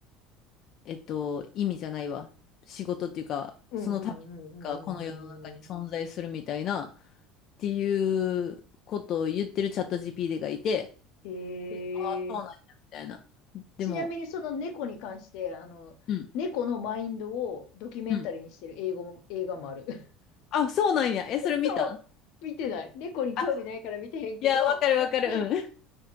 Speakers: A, on the left (about 40°); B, on the left (about 65°).
A: えっと、意味じゃないわ。仕事っていうか、
B: うんうんうんうんうんうんう
A: そのためがこの世の中に存在するみたいな、っていうことを言ってるチャット GPT がいて、
B: ん。へえ。
A: でああ、そうなんや、みたいな。でも、
B: ちなみにその猫に関して、あの、
A: うん、
B: 猫のマインドをドキュメンタリーにしてる英語も、
A: うん。
B: 映画もある。<laughs>
A: あ、そうなんや。え、それ見た
B: そう、見てない。猫に興味ないから見てへんけど、
A: あ、いや、わかるわかる。
B: <laughs>
A: うん。<laughs>